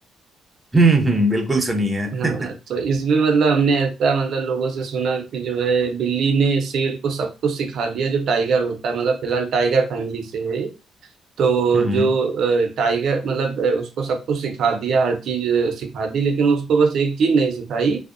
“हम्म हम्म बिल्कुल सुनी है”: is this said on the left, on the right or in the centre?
Right